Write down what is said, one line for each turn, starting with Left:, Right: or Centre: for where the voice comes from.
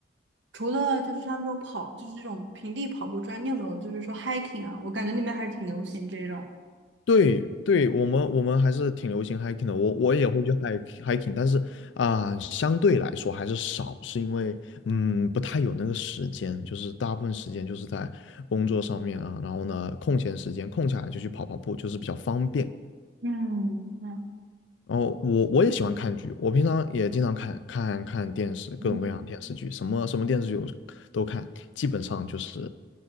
Right: 除了就是像这种跑，就是这种平地跑步之外，你有没有就是说 hiking 啊？我感觉那边还是挺流行这种。
Left: 对对，我们我们还是挺流行 hiking 的，我我也会去 hike hiking，但是啊、相对来说还是少，是因为嗯不太有那个时间，就是大部分时间就是在工作上面啊，然后呢空闲时间空下来就去跑跑步，就是比较方便。
Right: 嗯，嗯
Left: 然后我我也喜欢看剧，我平常也经常看看看电视，各种各样的电视剧，
Right: 嗯
Left: 什么什么电视剧我都看，基本上就是